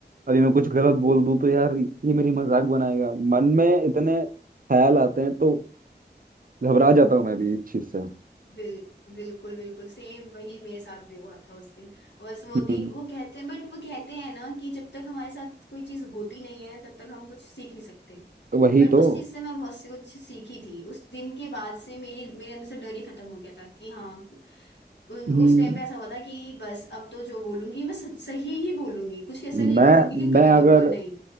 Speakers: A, on the right; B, on the left.
A: अभी मैं कुछ गलत बोल दूं तो यार ये मेरी मजाक बनाएगा मन में इतने ख्याल आते हैं तो घबरा जाता हूँ मैं भी इस चीज से
B: बिल, बिल्कुल बिल्कुल सेम वही मेरे साथ भी हुआ था उस दिन बस वो
A: हम्म
B: दिन वो कहते हैं बट वो कहते हैं ना कि जब तक हमारे साथ कोई चीज होती नहीं है तब तक हम कुछ सीख नहीं सकते
A: वही
B: बट
A: तो
B: उस चीज से मैं बहुत सी कुछ सीखी थी उस दिन के बाद से मेरी मेरे अंदर से डर ही खत्म हो गया था कि हाँ उ-
A: हम्म
B: उस टाइम पे ऐसा हुआ था कि बस अब तो जो बोलूंगी मैं सच- सही ही बोलूंगी कुछ ऐसा
A: मैं
B: नहीं बोलूंगी कि गलत
A: मैं अगर
B: होगा नहीं